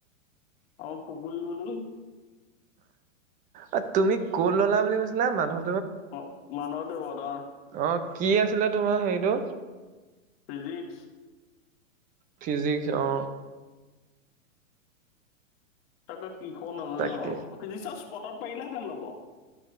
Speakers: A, on the left; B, on the right.
A: অ', পুবুল বোলো
B: অ' তুমি কত ল'লা বুলি কৈছিলা মাধৱ?
A: অ। <unintelligible>
B: অ', কি আছিলে তোমাৰ হেৰিটো?
A: ফিজিক্স
B: ফিজিক্স অ'।
A: তাকে কি ক নাজান
B: তাকে
A: ন ফিজিক্সত স্পটত পাৰিলেহে ল'ব।